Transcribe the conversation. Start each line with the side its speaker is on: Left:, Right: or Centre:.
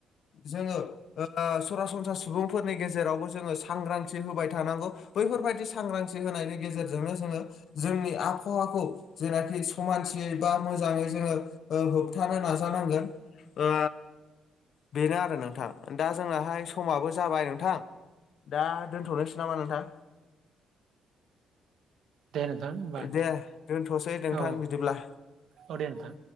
Left: जोङो ओ सरासनस्रा सुबुंफोरनि गेजेरावबो जोङो सांग्रां होबाय थानांगौ बैफोरबायदि सांग्रांथि होनायनि गेजेरजोंनो जोंङो जोंनि आबहावाखौ जेनाखि समानसियै बा मोजाङै जोंङो ओ होबथानो नाजानांगोन। ओ बेनो आ नोंथां दा जोंनाहाय समाबो जाबाय नोंथां दा दोनथ'नोसै नामा नोंथां?
Right: दे नोंथां होमबा
Left: दे दोनथ'सै नोंथां
Right: औ
Left: बिदिब्ला।
Right: औ दे नोंथां।